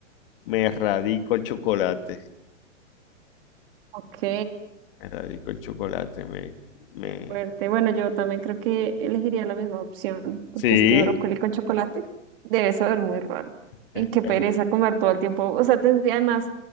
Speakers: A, on the left; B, on the right.
A: me erradico el chocolate.
B: Ok.
A: Me erradico el chocolate, me, me...
B: Qué fuerte. Bueno, yo también creo que elegiría la misma opción, porque
A: Sí,
B: es que brócoli con chocolate debe saber muy raro.
A: eh,
B: Y qué pereza
A: eh,
B: comer todo el tiempo. O sea, tendría además,